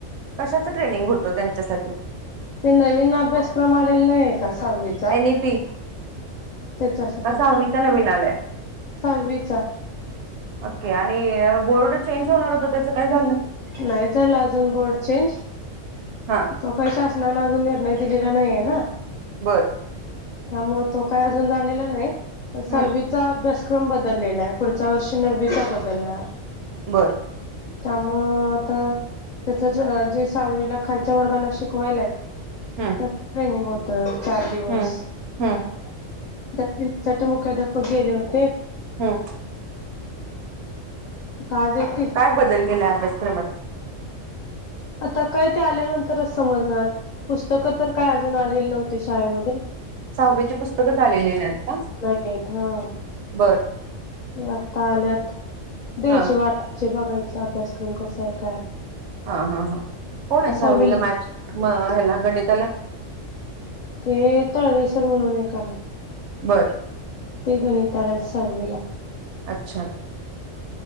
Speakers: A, on the right; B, on the left.
A: कशाच ट्रेनिंग होतो त्यांच्यासाठी.
B: ते नवीन अभ्यासक्रम आलेला नाहीये का? सहावी
A: एन व्ही पी, का?
B: त्याच्यासाठी
A: सहावीचा नवीन आलाय.
B: सहावीचा
A: ओके, आणि बोर्ड चेंज होणार होत, त्या काय झाल ना
B: नाही चला अजून बड चेंज
A: हा
B: तो काही शासनाने अजून निर्णय दिलेला नाहीये ना.
A: बरं.
B: त्यामुळे, तो काय अजून झालेला नाही, पण साहवी
A: हम्म
B: चा अभ्यासक्रम बदललेला आहे, पुढच्या वर्षी नव्वीचा बदलणार.
A: बरं.
B: त्यामुळं आता <unintelligible> जे सहावीला खालच्या वर्गाना शिकवायलाय,
A: हम्म.
B: त्याच ट्रेनिंग होत, चार दिवस.
A: हम्म हम्म,
B: <unintelligible> मुख्याध्यापक गेले होते.
A: हम्म.
B: आज येतील.
A: काय बदल केलाय, अभ्यासक्रमात.
B: आता काय ते आल्यानंतरच समजणार, पुस्तकं तर काय अजून आलेली नव्हती शाळेमध्ये.
A: सहावीचे पुस्तकच आलेले नाहीत.
B: नहीत हा.
A: बरं.
B: मग आता आल्यात, द्यायचे
A: हा
B: वाटायचे, बघायच अभ्यासक्रम कसाय, काय?
A: हा हा ह, कोणे
B: ते सहावी
A: सहावीला मॅच, हे ला गणिताला.
B: ते तळवेसर म्हणून एक आहे.
A: बरं.
B: ते गणितला येत सहावीला.
A: अच्छा.